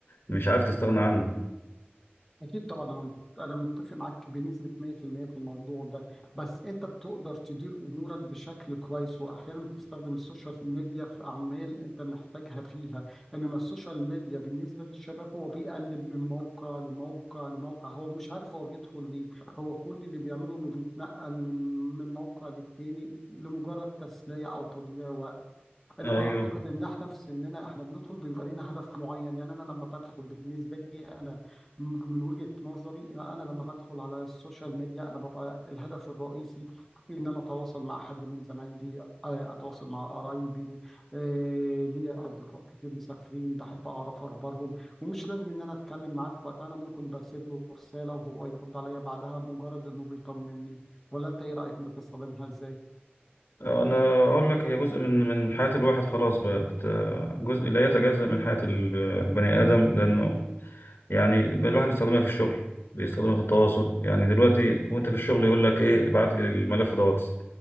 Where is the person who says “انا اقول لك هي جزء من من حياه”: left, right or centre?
Left